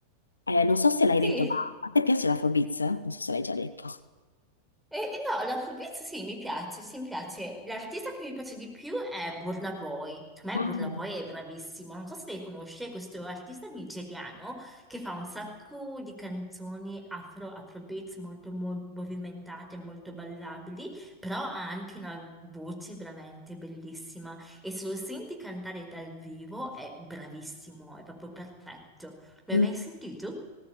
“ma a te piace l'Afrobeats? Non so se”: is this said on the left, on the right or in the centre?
Left